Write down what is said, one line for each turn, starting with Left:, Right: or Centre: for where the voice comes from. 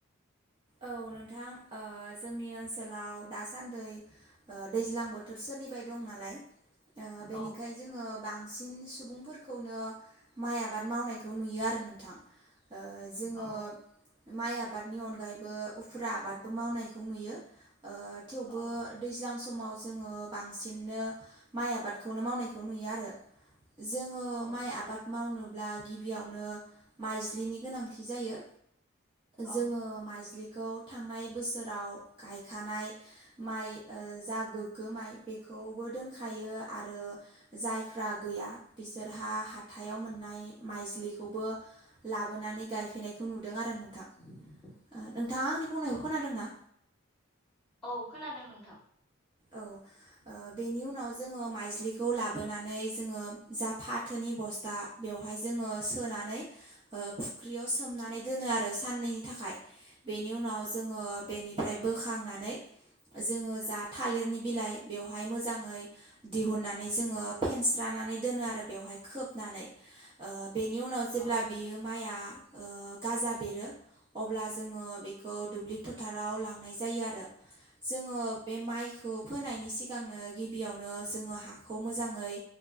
Right: औ नोंथां अ जोंनि ओनसोलाव दासान्दि दैज्लां ओ बोथो बोथोर सोलिबाय दं नालाय ओ बेनिखायनो
Centre: औ
Right: जोङो बांसिन बांसिन सुबुंफोरखौनो माइ आबाद मावनायखौ नुयो आरो नोंथां। ओ जोङो
Centre: औ
Right: माइ आबादनि अनगायै बो उखुरा आबादबो मावनायखौ नुयो ओ थेवबो
Centre: अ
Right: दैज्लां स समाव जोङो बांसिननो माइ आबादखौनो मावनायखौ नुयो आरो जोङो
Centre: औ
Right: माइ आबाद मावनो अब्ला गिबियावनो माइज्लिनि गोनांथि जायो
Centre: औ
Right: जोङो माइ ज्लिखौ थांनाय बोसोराव गायखानाय माइ जा गोग्गो माइ बे खौबो दोनखायो आरो जायफ्रा गैया बिसोरहा हाथायाव मोननाय माइजलिखौबो लाबोनानै गायफैनायखौ नुदों आरो नोंथां।
Centre: <inaudible>
Right: ओ नोंथाङा आंनि बुंनायखौ
Centre: औ
Right: खोनादों ना?
Centre: औ खोनादों नोंथां।
Right: औ ओ बेनि उनाव जोङो माइज्लिखौ लाबोनानै जोङो जा फाथोनि बस्था बेव हाय जोङो सोनानै ओ फुख्रियाव सोमनानै दोनो आरो सनैनि थाखाय बेनि उनाव जोङो बेनिफ्राय बोखांनानै जोङो थालिरनि बिलाइ बेवहाय मोजाङै दिहुननानै जोङो फेनस्रानानै दोनो आरो बेवहाय खोबनानै। ओ बेनि उनाव जेब्ला
Centre: औ
Right: बियो माइआ ओ गाजा बेरो अब्ला जोंङो बेखौ दुब्लि फोथाराव लांनाय जायो आरो। जोंङो बे माइखौ फोनायनि सिगांनो गिबियावनो जोंङो हाखौ मोजांङै